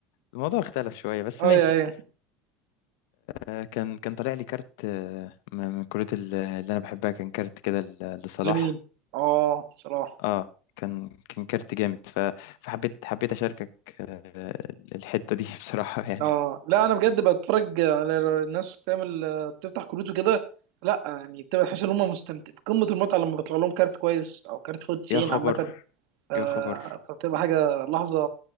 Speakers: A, on the left (about 75°); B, on the right (about 70°).
A: الموضوع اختلف شوية بس
B: اه
A: ماشي
B: يا ايه
A: آه، كان كان طالع لي كارت آه، من من الكروت ال- اللي انا بحبها كان كارت كده ل- لصلاح
B: لمين اه صراحة
A: اه كان كان كارت جامد ف- فحبيت حبيت اشاركك آه، الحتة دي <laughs> بصراحة يعني
B: اه لا انا بجد بتفرج على الناس بتعمل بتفتح كروت وكده لا يعني بتبقى تحس ان هم مستمتع بقمه المتعه لما بيطلع لهم كارت كويس او كارت فوق 90
A: يا خبر
B: عامه آه،
A: يا خبر
B: فبتبقى حاجه لحظه